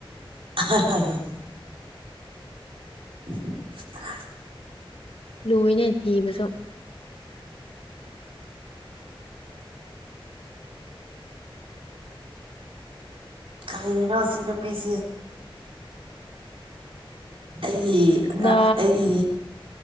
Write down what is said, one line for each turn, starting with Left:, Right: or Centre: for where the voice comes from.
Right: <unintelligible> <unintelligible>
Left: ꯂꯨꯢꯅꯦ ꯊꯤꯕꯁꯨ
Right: ꯀꯔꯤꯅꯣ ꯑꯁꯤ ꯅꯨꯄꯤꯁꯤ ꯑꯩ ꯑꯉꯥ
Left: ꯅ
Right: ꯑꯩ